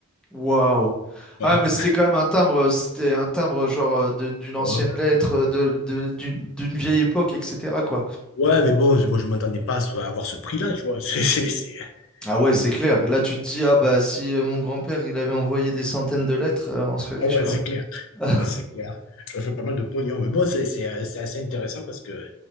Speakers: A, in the centre; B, on the left.
A: Waouh.
B: Voilà.
A: Ah, ouais, mais c'était quand même un timbre. C'était un timbre, genre, euh, de- d'une ancienne
B: Ouais.
A: lettre, euh, de, de- d'une d'une vieille époque, etc. quoi.
B: Ouais, mais bon, moi, je ne m'attendais pas à avoir ce prix-là, tu vois. <laughs> C'est, c'est- c'est-
A: Ah ouais,
B: et-
A: c'est clair. Là, tu te dis, ah bah, si euh, mon grand-père, il avait envoyé des centaines de lettres, euh, on serait riche,
B: Ah ouais,
A: quoi.
B: c'est clair.
A: <laughs>
B: Ouais, c'est clair. Ça fait pas mal de pognon. Mais bon, c'est c'est, euh, c'est assez intéressant parce que,